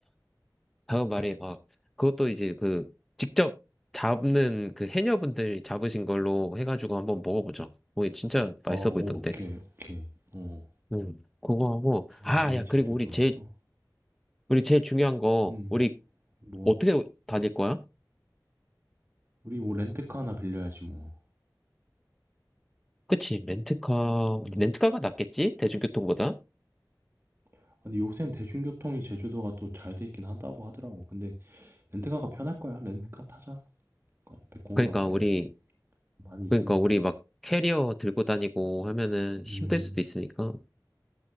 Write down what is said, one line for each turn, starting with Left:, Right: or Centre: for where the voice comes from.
Centre: 다음 말이, 아, 그것도 이제 그, 직접 잡는 그 해녀분들이 잡으신 걸로 해가지고 한번 먹어보자. 오, 진짜
Right: 어,
Centre: 맛있어 보이던데.
Right: 오케이, 오케이. 어.
Centre: 음, 그거 하고,
Right: 단발이
Centre: 아, 야, 그리고
Right: 제주도에서?
Centre: 우리 제일, 우리 제일 중요한 거,
Right: 음,
Centre: 우리
Right: 뭐,
Centre: 어떻게 다닐 거야?
Right: 우리 뭐 렌트카 하나 빌려야지 뭐.
Centre: 그치, 렌트카,
Right: 음.
Centre: 렌트카가 낫겠지? 대중교통보다?
Right: 아, 근데 요새는 대중교통이 제주도가 또 잘 돼 있긴 한다고 하더라고. 근데 렌트카가 편할 거야. 렌트카 타자. 그 앞에 공항
Centre: 그러니까
Right: 앞에
Centre: 우리,
Right: 많이 있으니까.
Centre: 그러니까 우리 막 캐리어 들고 다니고 하면은 힘들
Right: 음,
Centre: 수도 있으니까.